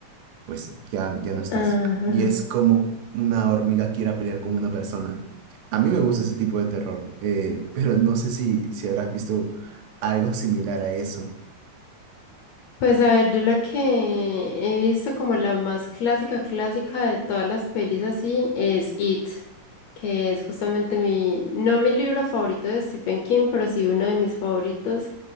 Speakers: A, on the right; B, on the left.
A: pues ya, ya no estás.
B: ajá.
A: Y es como una hormiga quiera pelear con una persona. A mí me gusta ese tipo de terror, eh, pero no sé si, si habrás visto algo similar a eso.
B: Pues a ver, yo la que he visto como la más clásica, clásica de todas las pelis así es It, que es justamente mi, no mi libro favorito de Stephen King, pero sí uno de mis favoritos.